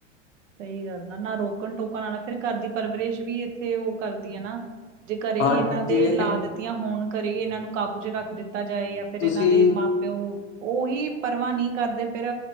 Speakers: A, on the right; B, on the left.
A: ਸਹੀ ਗੱਲ ਆ, ਨਾ ਰੋਕਣ-ਟੋਕਣ ਆਲਾ ਫ਼ੇਰ ਘਰ ਦੀ ਪਰਵਰਿਸ਼ ਵੀ ਇੱਥੇ ਉਹ ਕਰਦੀ ਹੈ ਨਾ। ਜੇ ਘਰੇ
B: ਹਾਂ
A: ਹੀ ਇਹਨਾਂ ਦੇ
B: ਜੇ
A: ਲਾ ਦਿੱਤੀਆਂ ਹੋਣ ਘਰੇ ਹੀ ਇਹਨਾਂ ਨੂੰ ਕਾਬੂ ਚ ਰੱਖ ਦਿੱਤਾ ਜਾਏ ਯਾਂ ਫ਼ੇਰ
B: ਤੁਸੀਂ
A: ਇਹਨਾਂ ਦੇ ਮਾਪ ਤੇ ਉਹ, ਉਹੀ ਪਰਵਾਹ ਨਹੀਂ ਕਰਦੇ ਫ਼ੇਰ